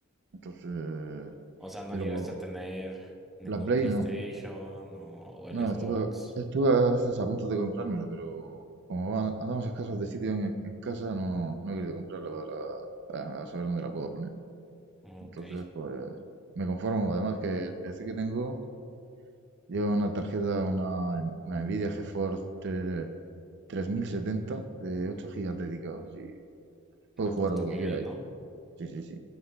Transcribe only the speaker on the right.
Entonces,
pero
la Play
no.
No,
estuve, estuve a veces a punto de comprármela, pero como va- andamos escasos de sitio en, en casa, no, no he querido comprarla para, para saber dónde la puedo poner.
Entonces, pues me conformo. Además que el PC que tengo lleva una tarjeta, una, una Nvidia GeForce 3- 3070 de 8 gigas dedicados y puedo
jugar
a lo
que quiera.
ahí.
Sí, sí, sí.